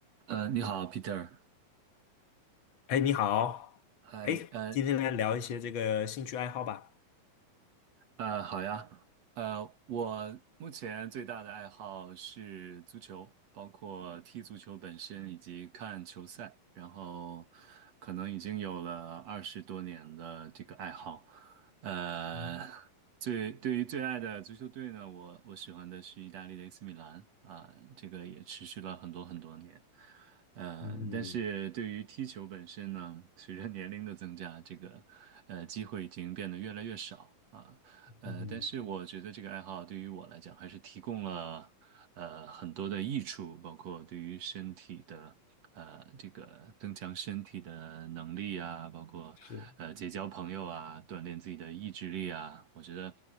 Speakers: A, on the right; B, on the left.
A: 呃，你好，Peter。
B: 哎，你好，
A: 嗨，
B: 哎，
A: 呃，
B: 今天来聊一些这个兴趣爱好吧。
A: 呃，好呀，呃，我目前最大的爱好是足球，包括踢足球本身以及看球赛，然后可能已经有了二十多年的这个爱好。呃，
B: 嗯
A: 最对于最爱的足球队呢，我我喜欢的是意大利的 AC 米兰啊，这个也持续了很多很多年。呃，
B: 嗯
A: 但是对于踢球本身呢，随着年龄的增加，这个呃机会已经变得越来越少啊。呃，
B: 嗯，
A: 但是我觉得这个爱好对于我来讲，
B: 嗯
A: 还是提供了呃很多的益处，包括对于身体的呃这个增强身体的能力啊，包括呃结交朋友啊，
B: 是，
A: 锻炼自己的意志力啊，我觉得